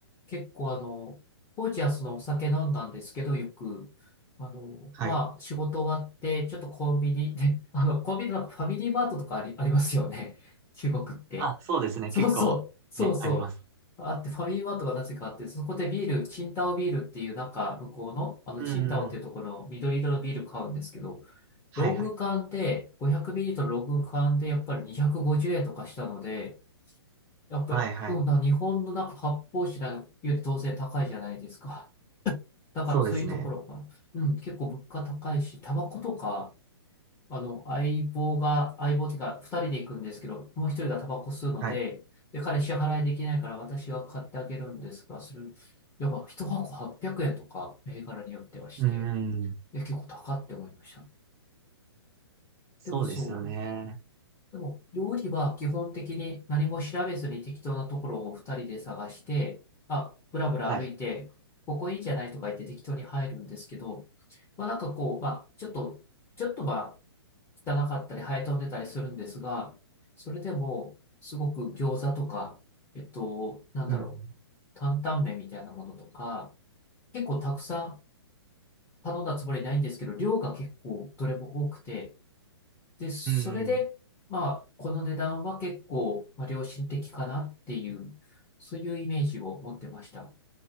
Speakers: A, on the left; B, on the right.
A: 結構あの、当時はそのお酒飲んだんですけど、よく、あの、
B: はい。
A: まあ、仕事終わって、ちょっとコンビニで、<laughs> あの、コンビニのファミリーマートとかあり、ありますよね。中国って。
B: あ、そうですね。
A: そうそう、
B: 結構、
A: そうそう。
B: ね、あります。
A: あって、ファミリーマートがなぜかあって、そこでビール、チンタオビールっていう、なんか、向こうの、あの、
B: うん。
A: チンタオっていうところの緑色のビール買うんですけど、
B: はいはい。
A: ロング缶で、500ミリリットルのロング缶で、やっぱり250円とかしたので、やっぱり、
B: はいはい。
A: うん、な日本のなんか発泡酒なんかより当然高いじゃないですか。だからそういうところが、
B: そうですね。
A: うん、結構物価高いし、タバコとか、あの、相棒が、相棒っていうか、二人で行くんですけど、もう一人がタバコ吸うので、
B: はい。
A: で、彼支払いできないから私が買ってあげるんですが、する、やっぱ一箱800円とか、銘柄によってはして、
B: うん。
A: え、結構高って思いましたね。
B: そうですよね。
A: でもそう。でも、料理は基本的に何も調べずに適当なところを二人で探して、あ、ぶらぶら歩いて、
B: はい。
A: ここいいじゃないとか言って適当に入るんですけど、まあなんかこう、まあちょっと、ちょっとまあ汚かったり生え飛んでたりするんですが、それでもすごく餃子とか、えっと、なんだろう、
B: うん。
A: 担々麺みたいなものとか、結構たくさん頼んだつもりないんですけど、量が結構どれも多くて、で、それで、
B: うん。
A: まあ、この値段は結構、まあ、良心的かなっていう、そういうイメージを持ってました。